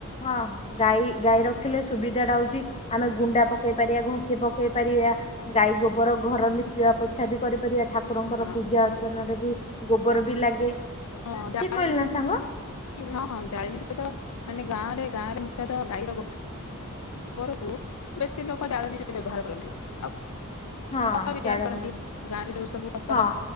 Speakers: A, on the left; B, on the left.
A: ହଁ ଗାଈ ଗାଈ ରଖିଲେ ସୁବିଧାଟା ହଉଚି ଆମେ ଗୁଣ୍ଡା ପକେଇ ପାରିଆ ଘଷି ପକେଇ ପାରିଆ ଗାଈ ଗୋବର ଘର ଲିପିଆ ପୋଛା ବି କରିପାରିଆ ଠାକୁରଙ୍କର
B: ହଁ
A: ପୂଜା ଅର୍ଚ୍ଚନା ରେ ବି ଗୋବର ବି ଲାଗେ।
B: ହଁ ଯାଏନି।
A: ଠିକ କହିଲି ନା ସାଙ୍ଗ
B: ହଁ ହଁ ଜାଳେଣି ସଇତ ମାନେ ଗାଁ ରେ ଗାଁରେ ମୁଖ୍ୟତଃ ଗାଈର ଗୋ ବର କୁ ବେଶୀ ଲୋକ ଜାଳେଣି ରେ ବ୍ୟବହାର କରନ୍ତି ଆଉ
A: ହଁ
B: ଖତ ବି ତିଆରି
A: ଜାଳେ
B: କରନ୍ତି ଗାଁ ରେ ଯୋଉ ସବୁ ଫସଲ
A: ହଁ